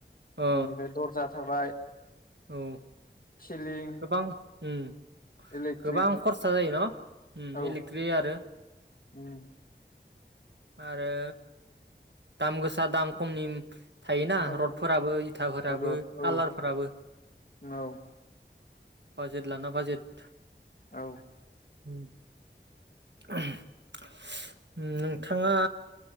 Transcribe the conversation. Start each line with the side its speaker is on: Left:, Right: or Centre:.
Right: औ
Left: बेनिफ्राय दर्जा थाबाय। <inaudible>
Right: औ
Left: सिलिं
Right: गोबां उम
Left: इलेक्ट्रिक
Right: गोबां खरसा जायो न' उम
Left: औ
Right: इलेक्ट्रि आरो।
Left: उम
Right: आरो। दाम गोसा दाम खमनि थायोना
Left: औ
Right: रडफोराबो इथाफोराबो
Left: रड
Right: कालारफोराबो
Left: औ औ
Right: बाजेद लाना बाजेद
Left: औ
Right: <unintelligible> नोंथाङा।